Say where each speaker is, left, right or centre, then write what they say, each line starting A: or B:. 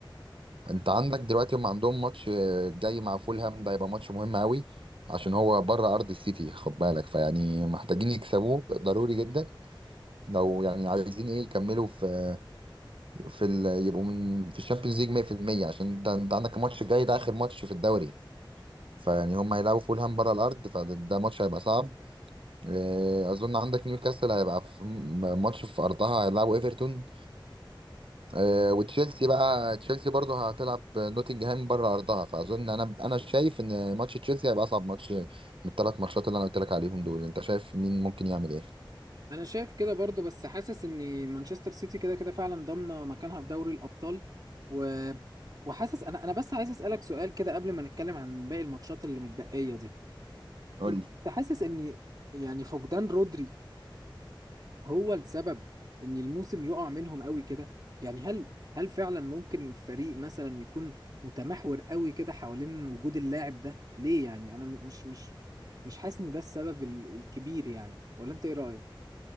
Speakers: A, on the right; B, on the right.
A: أنت عندك دلوقتي هم عندهم ماتش آه، جاي مع فولهام ده هيبقى ماتش مهم أوي عشان هو بره أرض السيتي خد بالك فيعني محتاجين يكسبوه ضروري جدا لو يعني عايزين إيه يكملوا في في ال... يبقوا من في الشامبيونز ليج 100% عشان أنت أنت عندك الماتش الجاي ده آخر ماتش في الدوري فيعني هم هيلعبوا فولهام بره الأرض فده ده ماتش هيبقى صعب آه، اظن عندك نيوكاسل هيبقى في م- ماتش في ارضها هيلعبوا ايفرتون آه، وتشيلسي بقى تشيلسي برضه هتلعب نوتنجهام بره ارضها فاظن انا انا شايف ان ماتش تشيلسي هيبقى اصعب ماتش من الثلاث ماتشات اللي انا قلت لك عليهم دول انت شايف مين ممكن يعمل ايه
B: انا شايف كده برضو بس حاسس ان مانشستر سيتي كده كده فعلا ضامنة مكانها في دوري الابطال و وحاسس انا انا بس عايز اسالك سؤال كده قبل ما نتكلم عن باقي الماتشات اللي متبقية دي
A: قول
B: انت
A: لي
B: حاسس ان يعني فقدان رودري هو السبب ان الموسم يقع منهم قوي كده يعني هل هل فعلا ممكن فريق مثلا يكون متمحور قوي كده حوالين وجود اللاعب ده ليه يعني انا م- مش مش مش حاسس ان ده السبب ال- الكبير يعني ولا انت ايه رأيك